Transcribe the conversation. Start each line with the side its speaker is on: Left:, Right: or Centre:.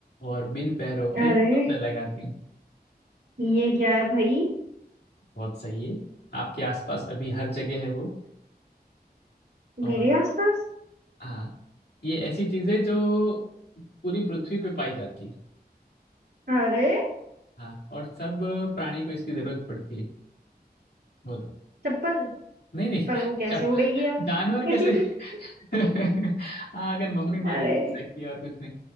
Left: और बिन पैरों
Right: अरे
Left: के डोर लगाती हूँ
Right: ये क्या है भाई
Left: बहुत सही है आपके आसपास अभी हर जगह है वो और
Right: मेरे आसपास
Left: हाँ ये ऐसी चीज है जो पूरी पृथ्वी पे पाई जाती है
Right: अरे
Left: हाँ और सब प्राणी को इसकी जरूरत पड़ती है बोलो
Right: चप्पल
Left: नहीं नहीं
Right: पर वो कैसे
Left: जब
Right: उड़ेगी यार
Left: जानवर
Right: <laughs>
Left: कैसे <laughs> हाँ अगर मम्मी मारे
Right: अरे
Left: तो हो सकती है और कुछ नहीं